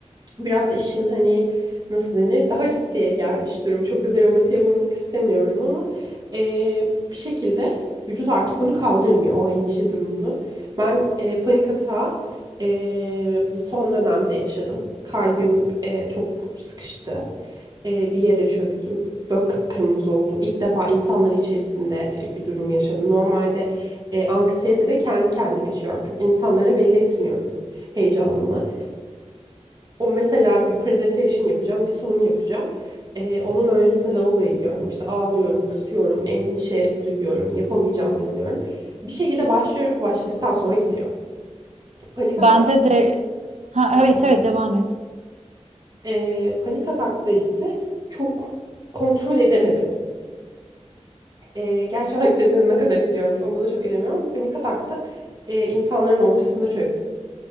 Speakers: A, on the right; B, on the right.
A: biraz işin hani nasıl denir daha ciddiye gelmiş durumu. Çok da dramatiğe vurmak istemiyorum ama eee, bir şekilde vücut artık onu kaldırmıyor o endişe durumunu. Ben eee, panik atağı eee, son dönemde yaşadım. Kalbim eee, çok sıkıştı. Eee, bir yere çöktüm. Böyle kıpkırmızı oldum. İlk defa insanlar içerisinde eee, bir durum yaşadım. Normalde eee anksiyete de kendi kendime yaşıyorum. Çok insanlara belli etmiyorum heyecanımı. O mesela bir presentation yapacağım, bir sunum yapacağım. Ee, onun öncesinde lavaboya gidiyorum. İşte ağlıyorum, kusuyorum, endişe duyuyorum, yapamayacağıma inanıyorum. Bir şekilde başlıyorum ve başladıktan sonra gidiyor. Panik atak,
B: Bende de ha,
A: pardon.
B: evet evet
A: evet.
B: devam et.
A: Ee, panik atakta ise çok kontrol edemedim. Ee, gerçi anksiyetenin ne kadar ediyorum, onda da çok edemiyorum ama panik atakta e, insanların ortasında çöktüm.